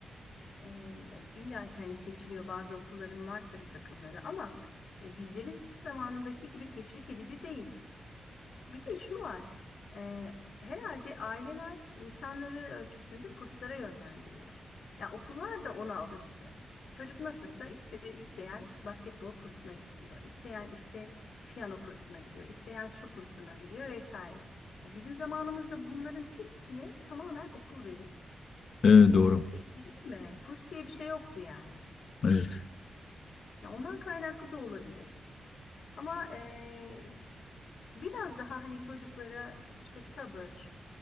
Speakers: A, on the left; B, on the left.
A: E, illa ki hani seçiliyor bazı okulların var tabii takımları ama e, bizleri zamanındaki gibi teşvik edici değil. Bir de şu var. e, herhalde aileler imkanları ölçüsünde kurslara yönlendiriyor. Ya okullar da ona alıştı. Çocuk nasılsa işte isteyen basketbol kursuna gidiyor. isteyen işte piyano kursuna gidiyor. isteyen şu kursuna gidiyor vesaire. Bizim zamanımızda bunların hepsini tamamen okul verirdi.
B: E, doğru.
A: Değil mi? Kurs diye bir şey yoktu yani.
B: Evet.
A: Ya ondan kaynaklı da olabilir. Ama eee, biraz daha hani çocuklara işte sabır